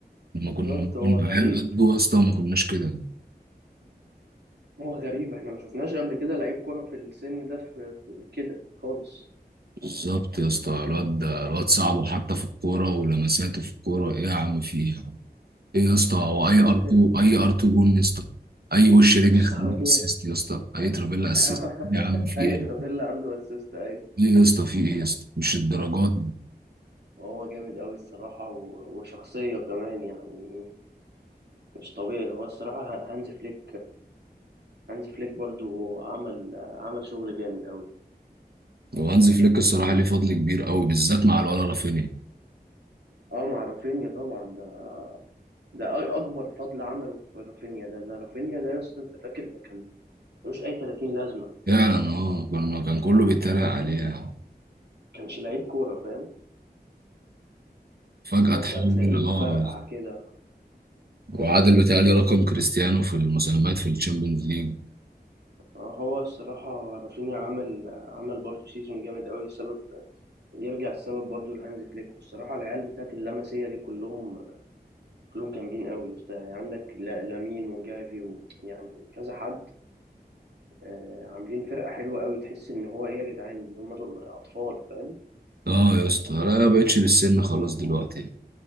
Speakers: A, on the right; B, on the right.
A: لما
B: بالظبط
A: كنا
B: هو
A: كنا
B: غريب
A: عيال قده يا اسطى ما كناش كده
B: هو غريب احنا ما شفناش قبل كده لعيب كرة في السن ده في, في كده خالص
A: بالظبط يا اسطى الواد ده الواد صعب وحتى في الكوره ولمساته في الكوره ايه يا عم في ايه يا عم ايه يا اسطى هو
B: مش
A: اي
B: طبيعي
A: ار 2 اي ار 2 جون يا اسطى اي وش رجل
B: مش
A: خليل
B: طبيعي
A: اسيست يا اسطى اي ترافيلا اسيست
B: <laughs>
A: يا عم في
B: اي
A: ايه
B: ترافيلا عنده اسيست ايوه
A: ايه يا اسطى في ايه يا اسطى مش الدرجات
B: هو جامد قوي الصراحة و- وشخصية كمان يعني مش طبيعي هو الصراحة هانز فليك هانز فليك برضو عمل عمل شغل جامد قوي
A: وهانز فليك الصراحة ليه فضل كبير قوي بالذات مع الولا رافينيا
B: اه مع رافينيا طبعا ده ده أ- اكبر فضل عمله في رافينيا ده ده رافينيا ده يا اسطى انت فاكر ده كان ملوش اي 30 لازمه
A: فعلا اه كنا كان كله بيتريق عليه يعني.
B: كانش لعيب كوره فاهم
A: فجأة
B: فجاه
A: تحول
B: تلاقيه
A: اه
B: فرقع كده
A: وعادل بيتهيألي رقم كريستيانو في المساهمات في الشامبيونز ليج
B: آه، هو الصراحه رافينيا عمل عمل برضه سيزون جامد قوي السبب يرجع السبب برضه لهانز فليك والصراحه العيال بتاعت اللمسيه دي كلهم كلهم جامدين قوي يا اسطى يعني عندك لا- لامين وجافي و... يعني كذا حد آه، عاملين فرقه حلوه قوي تحس ان هو ايه يا جدعان هم دول اطفال فاهم
A: اه يا اسطى لا ما بقتش بالسن خلاص دلوقتي